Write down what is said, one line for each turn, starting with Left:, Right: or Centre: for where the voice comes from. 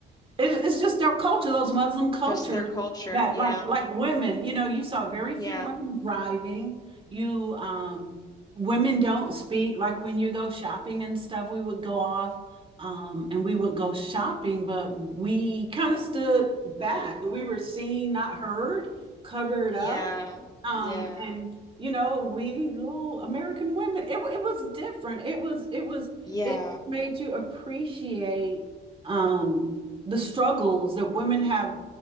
Right: It's, it's just their culture, those Muslim cultures
Left: Just their culture.
Right: that
Left: Yeah.
Right: like like women, you know, you saw very
Left: Yeah.
Right: few women driving. You um women don't speak like when you go shopping and stuff, we would go off um and we would go shopping, but we kind of stood back and we were seen, not heard, covered
Left: Yeah.
Right: up. Um,
Left: Yeah.
Right: and you know, we little American women, it, it was different. It was, it was,
Left: Yeah.
Right: it made you appreciate um the struggles that women have